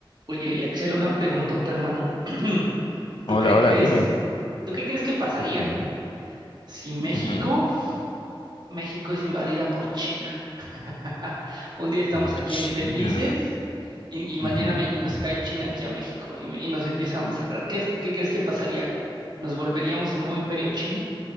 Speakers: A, on the right; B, on the left.
A: Oye, oye, Axel, una preguntota, hermano. <clears throat>
B: Hola,
A: ¿Tú qué
B: hola,
A: crees?
B: dime.
A: ¿Tú qué crees que pasaría
B: Ujú,
A: si México,
B: ujú.
A: México es invadida por China? <laughs> Un día estamos
B: Orchina.
A: aquí hoy felices y, y
B: Ujú.
A: mañana me- nos cae China aquí a México y, me- y nos empieza a masacrar. ¿Qué, es- qué crees que pasaría? ¿Nos volveríamos el nuevo imperio chino?